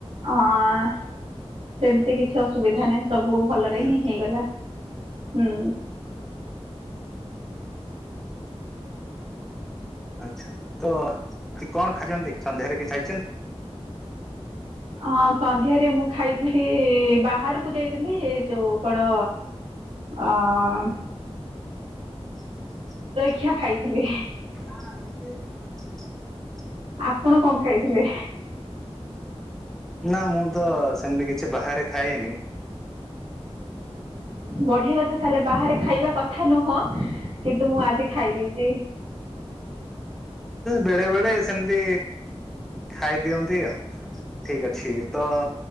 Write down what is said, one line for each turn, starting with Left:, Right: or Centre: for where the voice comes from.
Right: ଆଆ ସେମତି କିଛି ଅସୁବିଧା ନାହିଁ ସବୁ ଭଲରେ
Centre: ହୁଁ
Right: ହିଁ ହେଇଗଲା। ହୁଁ
Centre: ଆଚ୍ଛା ତ କଣ ଖାଇଛନ୍ତି ସନ୍ଧ୍ୟାରେ କିଛି ଖାଇଛନ୍ତି?
Right: ହଁ ସନ୍ଧ୍ୟାରେ ମୁଁ ଖାଇଥିଲି ବାହାରକୁ ଯାଇଥିଲି ଯୋଉ କଣ ଆଆଆ
Centre: ହଁ <inaudible>
Right: କ୍ଷା ଖାଇଥିଲି
Centre: ନା <unintelligible>
Right: ଆପଣ କଣ ଖାଇଥିଲେ?
Centre: ନା ମୁଁ ତ ସେମିତି କିଛି ବାହାରେ ଖାଏନି।
Right: ବଢିଆ କଥା ତାହେଲେ ବାହାରେ ଖାଇବା କଥା ନୁହଁ କି ନ୍ତୁ ମୁ ଆଜି ଖାଇ ଦେଇଚି।
Centre: ବେଳେ ବେଳେ ସେମିତି ଖାଇ ଦିଅନ୍ତି ଆଉ ଠିକ ଅଛି ତ